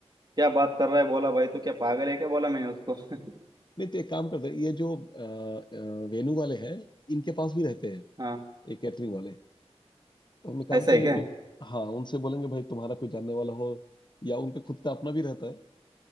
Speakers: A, on the right; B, on the left.
A: क्या बात कर रहा है बोला भाई तो क्या पागल है क्या बोला मैंने उसको <laughs>
B: नहीं तो एक काम करते हैं ये जो अ, अ, वेनू वाले हैं इनके पास भी रहते हैं
A: हाँ
B: ये कैटरिंग वाले तो हम एक काम
A: ऐसा
B: करेंगे
A: है क्या
B: कि हाँ उनसे बोलेंगे भाई तुम्हारा कोई जानने वाला हो या उनका खुद का अपना भी रहता है